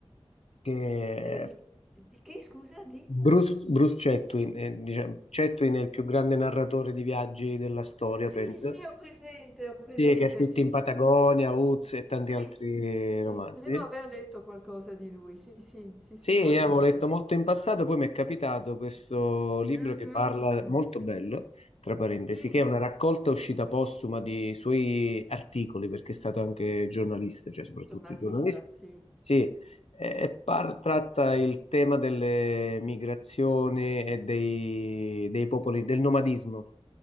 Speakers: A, on the left; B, in the centre.
A: che
B: Eh, di, di che, scusa, di?
A: Bruce, Bruce Chatwin, eh, diciamo, Chatwin è il più grande narratore di viaggi della storia,
B: Sì,
A: penso,
B: sì, ho presente, ho presente,
A: sì, che ha scritto
B: sì,
A: In
B: sì,
A: Patagonia,
B: sì.
A: Uz e tanti
B: Sì,
A: altri
B: sì,
A: romanzi.
B: devo aver letto qualcosa di lui, sì, sì, sì,
A: Sì,
B: sì,
A: io
B: molto
A: avevo
B: interessante.
A: letto molto in passato, poi mi è capitato questo libro
B: Mm,
A: che
B: mm,
A: parla,
B: mm, mm.
A: molto bello, tra parentesi,
B: Sì,
A: che è una raccolta uscita postuma di suoi articoli, perché è stato anche giornalista, cioè soprattutto
B: giornalista,
A: giornalista.
B: sì.
A: Sì, e par- tratta il tema delle migrazioni e dei, dei popoli, del nomadismo.